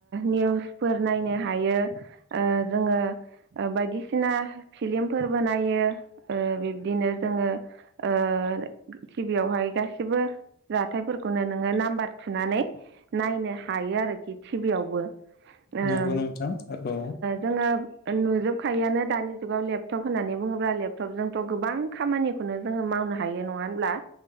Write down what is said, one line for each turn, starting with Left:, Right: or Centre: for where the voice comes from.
Right: निउसफोर नायनो हायो ओ जोङो ओ बायदिसिना फिल्मफोरबो नायो ओ ओ बिब्दिनो जोङो ओ टि भि यावहाय गासिबो जाथायफोरखौनो नोङो नाम्बार थुनानै नायनो हायो आरोखि टिभि आयावबो ओम
Left: नंगौ नोंथां औ
Right: जोङो नुजोबखायोआानो दानि जुगाव लेपटप होननानै बुङोब्ला लेपटपजोंथ' गोबां खामानिखौनो जोङो माव नो हायो नङा होनब्ला